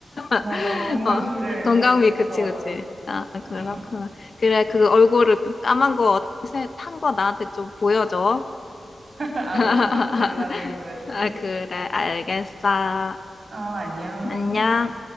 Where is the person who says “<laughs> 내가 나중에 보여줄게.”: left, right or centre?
Right